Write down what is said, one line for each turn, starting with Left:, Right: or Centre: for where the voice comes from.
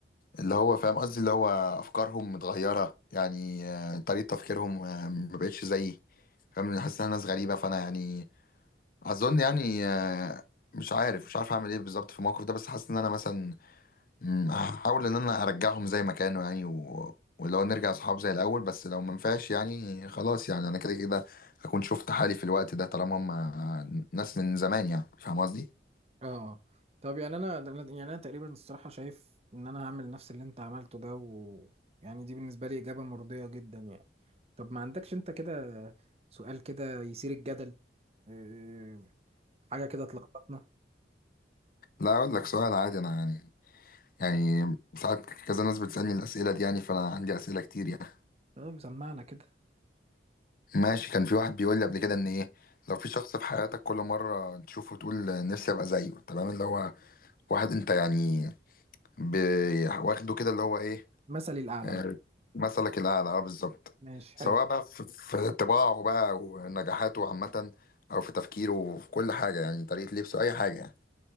Left: اللي هو فاهم قصدي اللي هو افكارهم متغيره يعني آه، طريقه تفكيرهم آه، ما بقتش زيي فاهم أنا حاسس انها ناس غريبه فانا يعني اظن يعني آه، مش عارف مش عارف اعمل ايه بالظبط في الموقف ده بس حاسس ان انا مثلا مم، هحاول ان انا ارجعهم زي ما كانوا يعني و... ولو نرجع صحاب زي الاول بس لو ما ينفعش يعني خلاص يعني انا كده كده هكون شفت حالي في الوقت ده طالما هم آه، ناس من زمان يعني فاهم قصدي؟
Right: اه طب يعني انا أنا- يعني انا تقريبا الصراحه شايف ان انا هعمل نفس اللي انت عملته ده و يعني دي بالنسبه لي اجابه مرضيه جدا يعني طب ما عندكش انت كده سؤال كده يثير الجدل إيه، حاجه كده تلخبطنا
Left: لا اقول لك سؤال عادي انا يعني يعني ساعات كذا ناس بتسالني الاسئله دي يعني فانا عندي اسئله كتير يعني
Right: طب سمعنا كده
Left: ماشي كان في واحد بيقول لي قبل كده ان ايه لو في شخص في حياتك كل مره تشوفه تقول نفسي ابقى زيه تمام اللي هو واحد انت يعني ب- واخده كده اللي هو ايه
Right: مثلي الاعلى
Left: آه،
Right: مثلا.
Left: مثلك الاعلى اه بالظبط
Right: ماشي
Left: سواء
Right: حلو
Left: بقى في في طباعه بقى ونجاحاته عامه او في تفكيره وفي كل حاجه يعني طريقه لبسه اي حاجه يعني